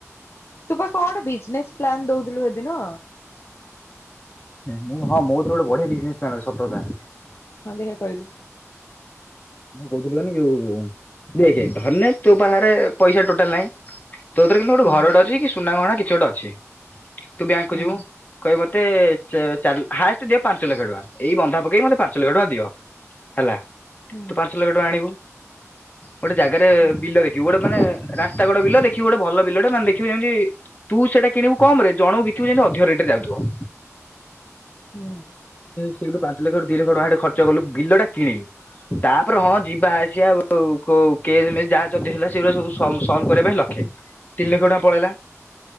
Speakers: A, on the left (about 55°); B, on the left (about 35°).
A: ତୁ ପା କଣ ଗଟେ ବିଜନେସ ପ୍ଲାନ ଦଉଥିଲୁ ହେଦିନ।
B: ମୁଁ ହଁ ମୋ ତ ଗୋଟେ ବଢିଆ ବିଜନେସ ପ୍ଲାନ୍ ଅଛି। ସତକଥା ।
A: ହଁ ଦେଖିଆ କହିଲୁ?
B: ମୁଁ କହୁଥିଲି ମାନେ ଏ ଯଉ, ଦେଖେ ଧରିନେ ତୋ ପାଖରେ ପଇସା ଟୋଟାଲ ନାଇଁ। ତୋଥିରେ କିନ୍ତୁ ଗୋଟେ
A: ହୁଁ
B: ଘରଟେ ଅଛି ସୁନା ଗହଣା କି ଛି ଗୋଟେ ଅଛି। ତୁ ବ୍ୟାଙ୍କ କୁ
A: ହଁ
B: ଯିବୁ। କହିବୁ ମତେ ସେ ଚାର ହାଏଷ୍ଟ ଦିଅ ପାଞ୍ଚ ଲକ୍ଷ ଟଙ୍କା। ଏଇ ବନ୍ଧା ପକେଇ ମତେ ପାଞ୍ଚ ଲକ୍ଷ ଟଙ୍କା ଦିଅ ହେଲା।
A: ହୁଁ
B: ତୁ ପାଞ୍ଚ ଲକ୍ଷ ଟଙ୍କା ଆଣିବୁ। ଗୋଟେ ଜାଗାରେ
A: ହଁ
B: ବିଲ ଦେଖିବୁ। ଗୋଟେ ମାନେ ରାସ୍ତା କଡ ବିଲ ଦେଖିବୁ, ଗୋଟେ ଭଲ ବିଲଟା, ନହେଲେ ଦେଖିବୁ ଯେମିତି ତୁ ସେଟା କିଣିବୁ କମ ରେ ଜଣକୁ ବିକିବୁ ଯେମିତି ଅଧିକ ରେଟ ରେ ଯାଉଥିବ। <inaudible>
A: ହୁଁ।
B: ସେଠୁ ପାଞ୍ଚ ଲକ୍ଷରୁ ଦିଲକ୍ଷ ଟଙ୍କା ଖର୍ଚ୍ଚ କଲୁ ବିଲ ଟା କିଣିଲୁ। ତାପରେ ହଁ ଯିବା। <unintelligible> କଉ କେସ ମେସ ଯାହା ଯଦି ହେଲା, ସେଗୁଡା ସବୁ ସଲ ସଲଭ କରିବା ପାଇଁ ଲକ୍ଷେ। ତିନି ଲକ୍ଷ ଟଙ୍କା ପଳେଇଲା।